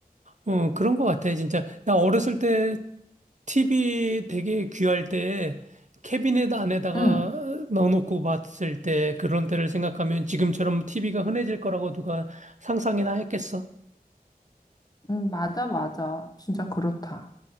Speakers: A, on the right; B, on the left.
A: 어, 그런 것 같아, 진짜. 나 어렸을 때 TV 되게 귀할 때 캐비넷 안에다가
B: 응.
A: 넣어놓고 봤을 때 그런 때를 생각하면 지금처럼 TV가 흔해질 거라고 누가 상상이나 했겠어.
B: 음, 맞아, 맞아. 진짜 그렇다.